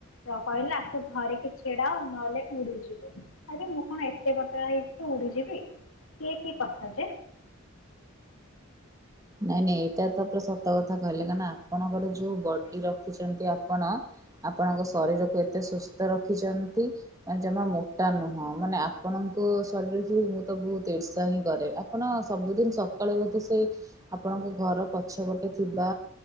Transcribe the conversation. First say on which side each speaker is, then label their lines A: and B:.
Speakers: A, on the left (about 85°); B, on the right (about 15°).
A: କ କହିଲେ ଆସ ଧରିକି ଛିଡ଼ା ହ ନହେଲେ ଉଡିଯିବୁ। ଆରେ ମୁଁ କଣ ଏତେ ପତଳା ହେଇଚି କି ଉଡିଯିବି? ଇଏ କି କଥା ଯେ?
B: ନାଇଁ ନାଇଁ ଏଇଟା ତ ପୁରା ସତ କଥା କହିଲେ କାନା ଆପଣଙ୍କର ଯୋଉ ବଡ଼ି ରଖିଚନ୍ତି ଆ ଆପଣ ଆପଣଙ୍କ ଶରୀରକୁ ଏତେ ସୁସ୍ଥ ରଖିଚନ୍ତି ମାନେ ଜମା ମୋଟା ନୁହଁ ମାନେ ଆପଣଙ୍କ ଶରୀରକୁ ମୁଁ ତ ବୋହୁତ ଇର୍ଷା ହିଁ କରେ ଆପଣ ସବୁଦିନ ସକାଳୁ ବୋଧେ ସେଇ ଆପଣଙ୍କ ଘର ପଛପଟେ ଥିବା